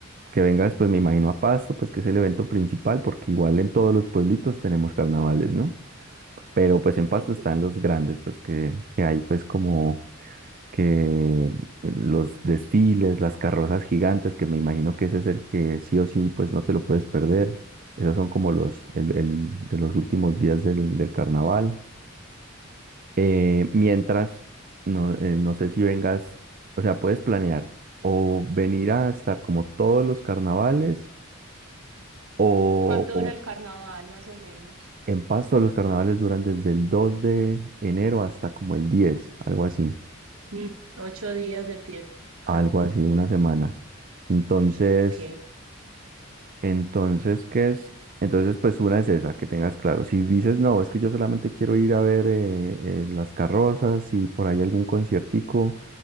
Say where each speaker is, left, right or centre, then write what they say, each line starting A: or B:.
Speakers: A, on the right; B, on the right.
A: que vengas, pues me imagino a Pasto, pues que es el evento principal, porque igual en todos los pueblitos tenemos carnavales, ¿no? Pero pues en Pasto están
B: Sí.
A: los grandes, pues que, que hay pues como que los desfiles, las carrozas gigantes, que me imagino que ese es el que sí o sí pues no te lo puedes perder. Esos son como los el, el de los últimos días del, del carnaval. Eh, mientras, no, eh, no sé si vengas, o sea, puedes planear o venir a estar como todos los carnavales o,
B: ¿Cuánto
A: o-
B: dura el carnaval más o menos?
A: En Pasto los carnavales duran desde el 2 de enero hasta como el 10, algo así,
B: Mm, ocho días de fiesta. <laughs>
A: algo así, una semana. Entonces,
B: Ok,
A: entonces, ¿qué es? Entonces, pues una es esa, que tengas claro. Si dices, no, es que yo solamente quiero ir a ver eh, eh, las carrozas y por ahí algún conciertico,